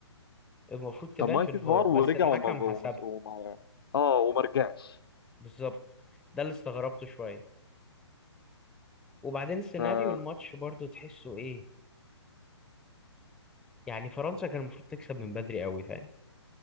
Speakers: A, in the centre; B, on the left.
A: المفروض تبان
B: طب ما
A: في
B: في
A: الفار
B: فار
A: بس
B: ورجع
A: الحكم
B: وما وما
A: حسبها
B: وما اه وما رجعش
A: بالظبط ده اللي استغربته شويه وبعدين سيناريو
B: فانا
A: الماتش برضو تحسه ايه يعني فرنسا كان المفروض تكسب من بدري قوي فاهم